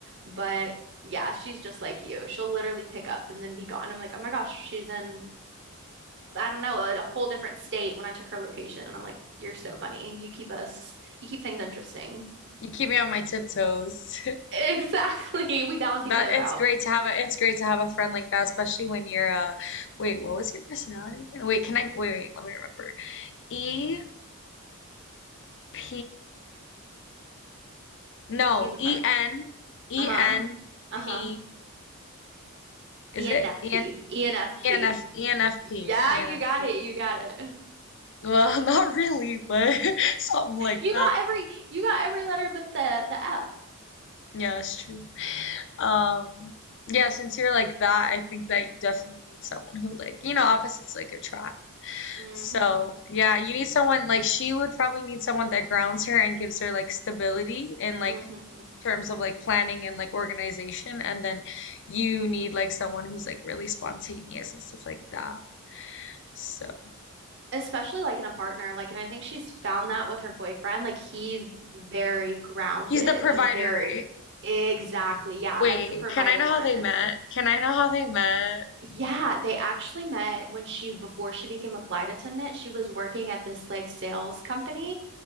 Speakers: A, on the right; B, on the left.
A: but yeah, she's just like you. She'll literally pick up and then be gone. I'm like, oh my gosh, she's in I don't know, a, whole different state when I took her location. And I'm like, you're so funny. You keep us, you keep things interesting. <laughs>
B: You keep me on my tiptoes. <laughs>
A: Exactly. We balance
B: That
A: each other
B: it's
A: out.
B: great to have a it's great to have a friend like that, especially when you're uh wait, what was your personality again? Wait, can I wait, wait, let me remember. E P No,
A: P is a
B: E
A: partner.
B: N E
A: Uh-huh.
B: N
A: Uh-huh.
B: P is
A: ENFP.
B: it? E N
A: ENFP.
B: E N F E N F
A: Yeah,
B: P E N
A: you
B: F
A: got
B: P.
A: it. You got it.
B: Well, <laughs> not really, but <laughs> something like
A: You
B: that.
A: got every you got every letter but the the F.
B: Yeah, it's true. Um yeah, since you're like that, I think that you definitely need someone who like, you know, opposites like attract.
A: Mm-hmm.
B: So, yeah, you need someone like she would probably need someone that grounds her and gives her like stability in like
A: Mm-hmm.
B: terms of like planning and like organization. And then you need like someone who's like really spontaneous and stuff like that. So,
A: especially like in a partner like and I think she's found that with her boyfriend like he's very grounded
B: he's the provider,
A: and very
B: right?
A: exactly yeah
B: Wait,
A: that's the provider
B: can I know
A: one
B: how they met? Can I know how they met?
A: yeah they actually met when she before she became a flight attendant she was working at this like sales company